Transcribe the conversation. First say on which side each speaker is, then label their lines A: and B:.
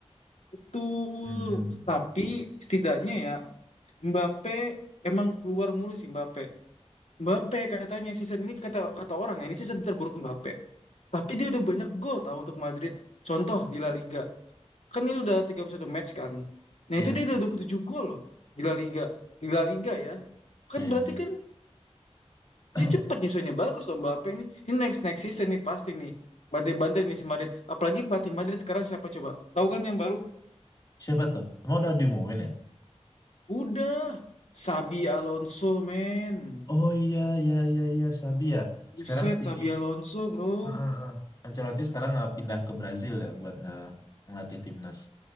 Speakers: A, on the left; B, on the left.
A: Betul,
B: Hmm.
A: tapi setidaknya ya Mbappe emang keluar mulu sih Mbappe. Mbappe katanya season ini kata kata orang ya, ini season terburuk Mbappe. Tapi dia udah banyak gol tahu untuk Madrid. Contoh di La Liga. Kan ini udah 31 match kan. Nah,
B: Iya,
A: itu dia udah 27 gol loh di La Liga. Di La Liga ya. Kan
B: iya, iya.
A: berarti
B: iya.
A: kan
B: <clears throat>
A: dia cepet nyusunnya bagus loh Mbappe ini. Ini next next season nih pasti nih. Bantai-bantai nih si Madrid. Apalagi pelatih Madrid sekarang siapa coba? Tahu kan yang baru?
B: Siapa tuh? Emang udah diumumin ya?
A: Udah, Sabi Alonso, men.
B: Oh iya, iya, iya, iya, Sabi ya.
A: Buset,
B: Sekarang si
A: Sabi Alonso, bro.
B: Ah, ah, ah. Ancelotti sekarang nggak pindah ke Brazil ya buat nah, ngelatih timnas.